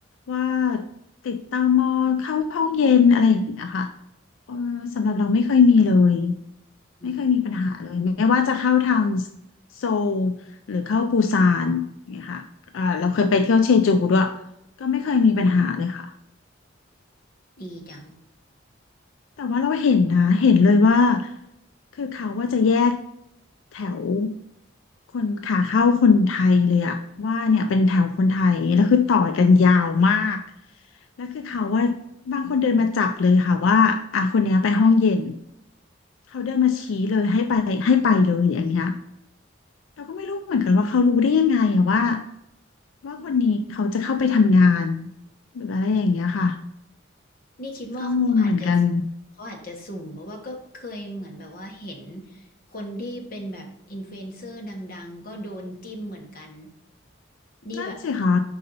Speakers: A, on the left (about 75°); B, on the left (about 45°).
A: ว่าติดตมเข้าห้องเย็นอะไรอย่างเงี้ยค่ะเออสำหรับเราไม่เคยมีเลย
B: อืม
A: ไม่เคยมีปัญหาเลยไม่ว่าจะเข้าทางโซลหรือเข้าปูซานเนี่ยค่ะเออเราเคยไปเที่ยวเชจูด้วยก็ไม่เคยมีปัญหาเลยค่ะ
B: ดีจัง
A: แต่ว่าเราเห็นนะเห็นเลยว่าคือเขาว่าจะแยกแถวคนขาเข้าคนไทยเลยอะว่าเนี่ยเป็นแถวคนไทยแล้วคือต่อกันยาวมากแล้วคือเขาว่าบางคนเดินมาจับเลยค่ะว่าอ่ะคนเนี้ยไปห้องเย็นเขาเดินมาชี้เลยให้ไปให้ไปเลยอย่างเงี้ยเราก็ไม่รู้เหมือนกันว่าเขารู้ได้ยังไงอะว่าว่าคนนี้เขาจะเข้าไปทำงานหรืออะไรอย่างเงี้ยค่ะ
B: นี่คิดว่าเขาอาจจะ
A: ก็งงเหมือนกัน
B: เขาอาจจะสุ่มเพราะว่าก็เคยเหมือนแบบว่าเห็นคนที่เป็นแบบอินฟลูเอนเซอร์ดังๆ ก็โดนจิ้มเหมือนกัน นี่แบบ
A: นั่นสิคะ